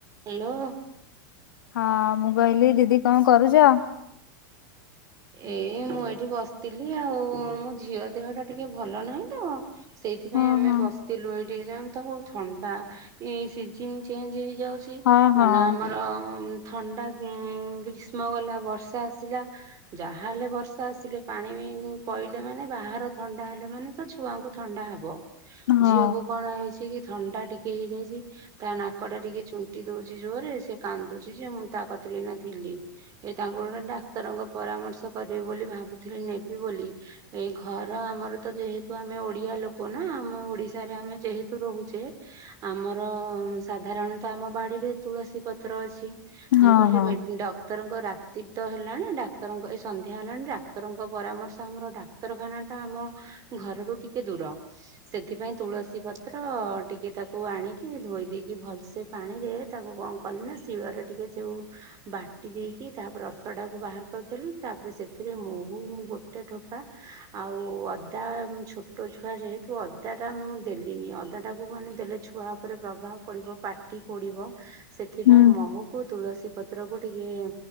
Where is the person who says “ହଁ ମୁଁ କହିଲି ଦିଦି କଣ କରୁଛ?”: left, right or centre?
Left